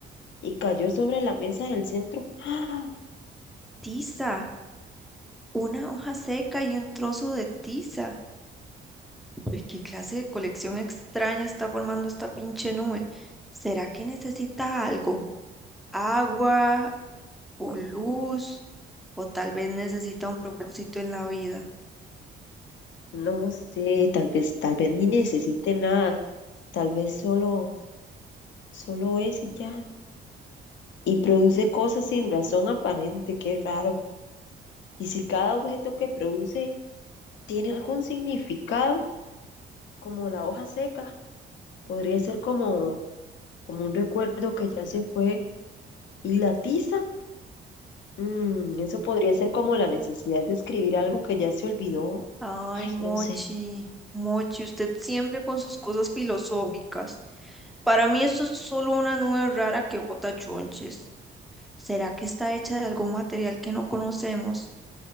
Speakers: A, on the left; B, in the centre.
A: Y cayó sobre la mesa del centro. ¡Ah!
B: Tiza. Una hoja seca y un trozo de tiza. Uy, qué clase de colección extraña está formando esta pinche nube. ¿Será que necesita algo? Agua. o luz, o tal vez necesita un propósito en la vida.
A: No sé, tal vez, tal vez ni necesite nada. Tal vez solo, solo es y ya. y produce cosas sin razón aparente, qué raro. Y si cada objeto que produce tiene algún significado, como la hoja seca, podría ser como, como un recuerdo que ya se fue y la tiza. mm, eso podría ser como la necesidad de escribir algo que ya se olvidó.
B: Ay,
A: Ay,
B: Mochi,
A: no sé.
B: Mochi, usted siempre con sus cosas filosóficas. Para mí esto es solo una nube rara que bota chonches. ¿Será que está hecha de algún material que no conocemos?